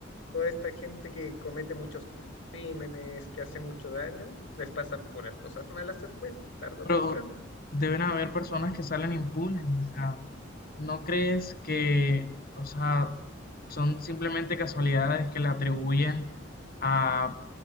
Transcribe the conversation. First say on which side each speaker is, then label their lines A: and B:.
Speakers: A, on the left; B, on the left.
A: Toda esta gente que comete muchos crímenes, que hace mucho daño, les pasan puras cosas malas después, tarde o
B: Pero
A: temprano.
B: deben haber personas que salen impunes, o sea, ¿no crees que, o sea, son simplemente casualidades que le atribuyen a